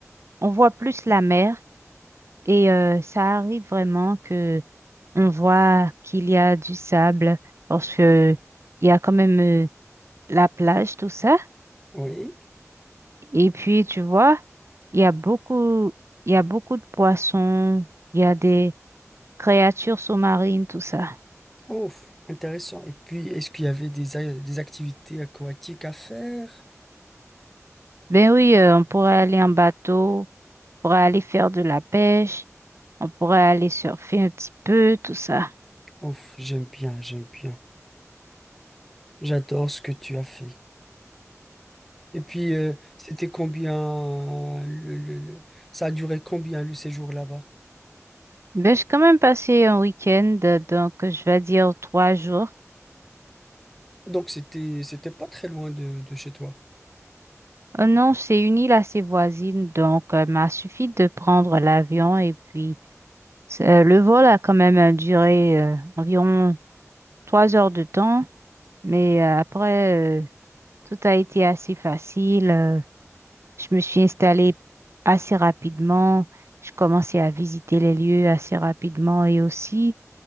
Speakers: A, on the right; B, in the centre.
A: on voit plus la mer et euh, ça arrive vraiment que on voit qu'il y a du sable parce que il y a quand même euh, la plage, tout ça.
B: Oui,
A: Et puis tu vois, il y a beaucoup, il y a beaucoup de poissons, il y a des créatures sous-marines, tout ça.
B: ouf, intéressant. Et puis, est-ce qu'il y avait des, a- des activités aquatiques à faire?
A: Ben oui, euh, on pourrait aller en bateau, on pourrait aller faire de la pêche, on pourrait aller surfer un petit peu, tout ça.
B: Ouf, j'aime bien, j'aime bien. J'adore ce que tu as fait. Et puis, euh, c'était combien, le- le- le- ça a duré combien le séjour là-bas?
A: Ben, j'ai quand même passé un week-end, euh, donc je vais dire trois jours.
B: Donc, c'était, c'était pas très loin de de chez toi.
A: Euh, non, c'est une île assez voisine, donc euh, m'a suffi de prendre l'avion et puis euh, le vol a quand même euh, duré euh, environ trois heures de temps, mais euh, après euh, tout a été assez facile. euh, je me suis installée assez rapidement, je commençais à visiter les lieux assez rapidement et aussi